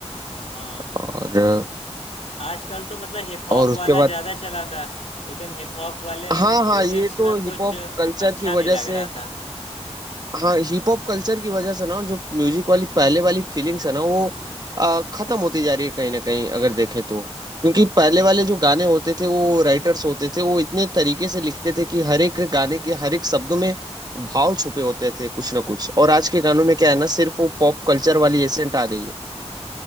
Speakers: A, on the left (about 70°); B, on the right (about 35°).
A: हाँ
B: और
A: आजकल तो मतलब हिप हॉप
B: और उसके
A: वाला
B: बाद
A: ज्यादा चला था लेकिन हिप हॉप वाले
B: हाँ
A: म्यूजिक्स
B: हाँ ये तो
A: में
B: हिप
A: कुछ
B: हॉप
A: अच्छा
B: कल्चर की
A: नहीं
B: वजह से
A: लग रहा था
B: हाँ हिप हॉप कल्चर की वजह से ना जो म्यूजिक वाली पहले वाली फीलिंग्स है ना वो आ, खत्म होती जा रही है कहीं ना कहीं अगर देखें तो क्योंकि पहले वाले जो गाने होते थे वो राइटर्स होते थे वो इतने तरीके से लिखते थे कि हर एक गाने के हर एक शब्दों में भाव छुपे होते थे कुछ ना कुछ और आज के गानों में क्या है ना सिर्फ वो पॉप कल्चर वाली एसेंट आ गई है